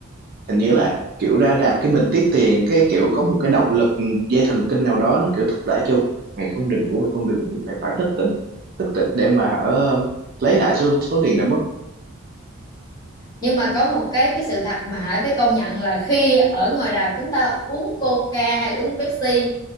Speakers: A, on the right; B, on the left.
A: hình như là kiểu ra rạp cái mình tiếc tiền cái kiểu có một cái động lực dây thần kinh nào đó nó kiểu thúc đẩy kêu mày không được ngủ mày không được ngủ mày phải thức tỉnh thức tỉnh để mà hở lấy lại số số tiền đã mất
B: nhưng mà có một cái cái sự thật mà Hải phải công nhận là khi ở ngoài rạp chúng ta uống Coca hay là uống Pepsi